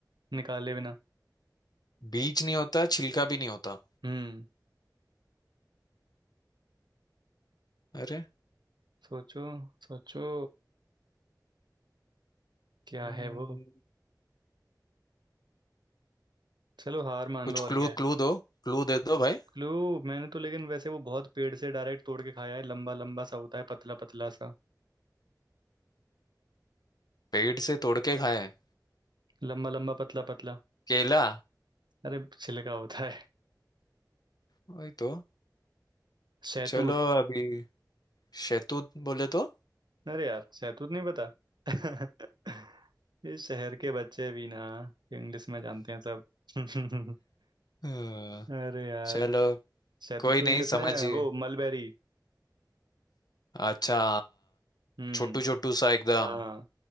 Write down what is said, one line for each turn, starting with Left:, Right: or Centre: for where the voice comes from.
Right: निकाले बिना
Left: बीज नहीं होता छिलका भी नहीं होता
Right: हम्म
Left: अरे
Right: सोचो सोचो क्या
Left: हम्म,
Right: है वो चलो हार मान
Left: कुछ
Right: लो और
Left: क्लू
Right: क्या
Left: क्लू दो क्लू दे दो भाई
Right: क्लू मैंने तो लेकिन वैसे वो बहुत पेड़ से डायरेक्ट तोड़ के खाया है लंबा लंबा सा होता है पतला पतला सा
Left: पेड़ से तोड़ के खाए
Right: लंबा लंबा पतला पतला
Left: केला
Right: अरे छिलका होता है
Left: वही तो
Right: शहतूत
Left: चलो अभी शैतूत बोले तो
Right: अरे यार शहतूत नहीं पता <laughs> ये शहर के बच्चे भी ना इंग्लिश में जानते हैं सब <laughs>
Left: हम्म,
Right: अरे यार
Left: चलो
Right: शहतूत
Left: कोई
Right: को
Left: नहीं
Right: इंग्लिश
Left: समझिए
Right: में वो मलबेरी
Left: अच्छा
Right: हम्म
Left: छोटू छोटू सा एकदम
Right: हाँ